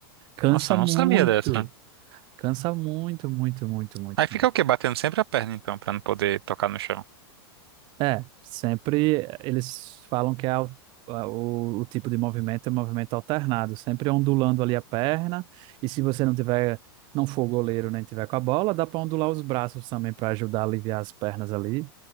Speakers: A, on the right; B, on the right.
A: Cansa
B: Nossa, eu
A: muito,
B: não sabia dessa.
A: cansa muito, muito, muito, muito.
B: Aí fica o quê? Batendo sempre a perna, então, pra não poder tocar no chão.
A: É, sempre eles falam que é al- a- o, o tipo de movimento é movimento alternado, sempre ondulando ali a perna, e se você não tiver, não for goleiro nem tiver com a bola, dá para ondular os braços também para ajudar a aliviar as pernas ali.